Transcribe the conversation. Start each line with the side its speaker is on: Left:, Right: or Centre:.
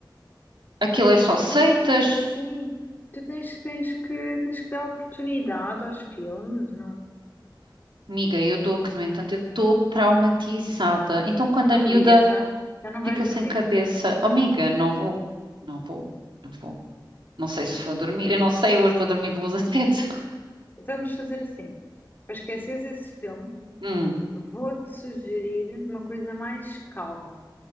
Right: aquilo é só seitas.
Left: Não sejas assim. Tu tens, tens que, tens que dar oportunidade aos filmes, não,
Right: Amiga, eu dou que, no entanto, eu estou traumatizada. Então, quando
Left: não
Right: a miúda
Left: me digas, já, já não
Right: Fica
Left: vais dormir.
Right: sem cabeça. Oh, amiga, não vou. Não vou. Não vou. Não sei se vou dormir. Eu não sei, eu hoje vou dormir de luz acesa. <laughs>
Left: Então vamos fazer assim. Para esqueceres esse filme,
Right: Hum,
Left: vou-te sugerir uma coisa mais calma.